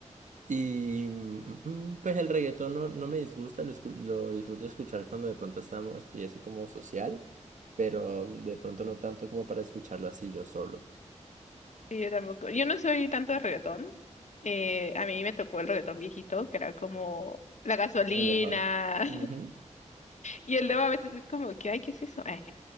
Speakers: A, on the right; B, on the left.
A: Y mm, mm, pues el reggaetón no, no me disgusta, lo, escu- lo disfruto escuchar cuando de pronto estamos, estoy así como social, pero de pronto no tanto como para escucharlo así yo solo.
B: Sí, yo tampoco. Yo no soy tanto de reggaetón. Eh, a mí me tocó el reggaetón viejito, que era como la gasolina,
A: El mejor. Ujú.
B: Y el luego a veces es como que, ay, ¿qué es eso? <laughs> Eh,